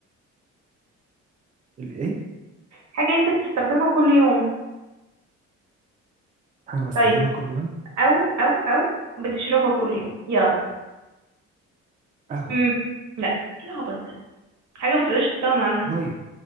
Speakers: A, on the right; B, on the right.
A: الإيه
B: حاجة انت بتستخدمها كل يوم
A: حاجة بستخدمها
B: طيب
A: كل يوم
B: او او او بتشربها كل يوم يلا
A: قهوة
B: امم لا ايه العبط ده حاجة بتقدرش تستغنى عنها
A: مية